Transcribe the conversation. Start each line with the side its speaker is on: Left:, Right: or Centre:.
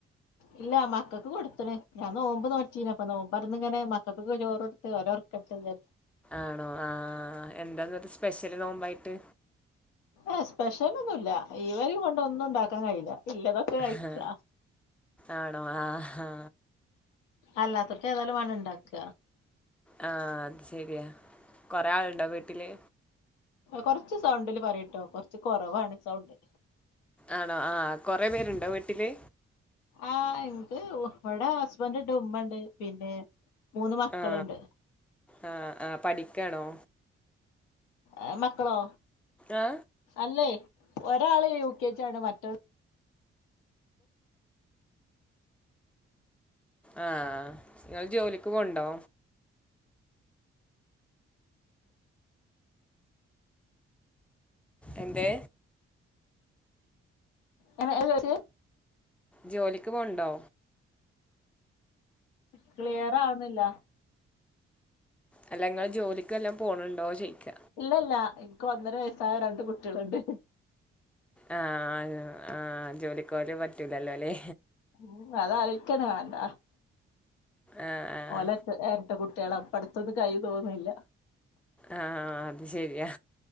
Left: ഇല്ല മക്കക്ക് കൊടുത്തണ് ഞാൻ നോമ്പ് നോറ്റിന അപ്പൊ നോമ്പ്ർന്ന് ഇങ്ങനെ മക്കക്ക് ഒക്കെ ചോറ് കൊടുത്ത് ഒരർക്ക്ത്ത്ന്ന്
Centre: ആണോ ആ എന്താന്നത് സ്പെഷ്യല് നോമ്പായിട്ട്
Left: എ സ്പെഷ്യൽ ഒന്നുല്ല ഇവരിം കൊണ്ട് ഒന്നും ഉണ്ടാക്കാൻ കഴിയില്ല ഇല്ലതൊക്കെ കഴിക്കാ
Centre: ഹാ ആണോ ആഹ് ഹാ
Left: അല്ലാത്തൊൽക് ഏതായാലും വാണം ഇണ്ടാക്ക
Centre: ആ അത് ശരിയാ കൊറെേ ആളുണ്ടോ വീട്ടില്
Left: കൊറച്ച് സൗണ്ടില് പറിട്ടോ കൊറച്ച് കുറവാണ് സൗണ്ട്
Centre: ആണോ ആ കൊറെ പേരുണ്ടോ വീട്ടില്
Left: ആ ഇണ്ട് ഇവടെ ഹസ്ബൻഡ്ണ്ട് ഉമ്മണ്ട് പിന്നെ മൂന്ന് മക്കള്ണ്ട്
Centre: ആ ആ ആ പഠിക്കാണോ
Left: ഏഹ് മക്കളോ
Centre: ആ
Left: അല്ലേ ഒരാള് യു കെ ജി ആണ് മറ്റോൾ
Centre: ആ ഇങ്ങള് ജോലിക്ക് പോവ്ണ്ടോ എന്തേ
Left: എ ആയെ അത്
Centre: ജോലിക്ക് പോന്ണ്ടോ
Left: ക്ലിയറാവ്ന്നില്ല
Centre: അല്ല ഇങ്ങള് ജോലിക്ക് വല്ലോ പോണണ്ടൊ ചേയ്ക്ക
Left: ഇല്ലല്ല എനിക്ക് ഒന്നര വയസ്സായ രണ്ട് കുട്യള്ണ്ട്
Centre: ആ ആയൊ ആ ജോലിക്കോല് പറ്റൂലല്ലോലെ
Left: ഉം അതാലൊയ്ക്കന്നെ വേണല്ല
Centre: ആഹ്
Left: ഓലട്ട് എരട്ട കുട്യാള ഇപ്പടുത്തത് കയ്യും തോന്ന്ണ്ല്ല
Centre: ആ അത് ശെരിയാ